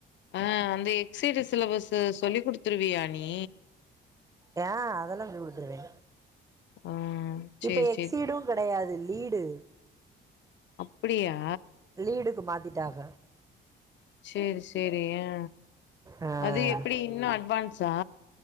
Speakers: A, on the left (about 65°); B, on the right (about 15°).
A: ஆ அந்த எக்ஸ்சீடிஸ் சிலபஸ்சு சொல்லி குடுத்துருவிய நீ
B: ஏ அதெல்லாம் சொல்லி குடுத்துருவே
A: ம். சேரி,
B: இப்ப எக்ஸ்சீடும்
A: சேரி.
B: கிடையாது லீடு
A: அப்படியா
B: லீடுக்கு மாத்திட்டாக
A: செரி செரி அ
B: ஆ
A: அது எப்புடி இன்னூ அட்வான்ஸா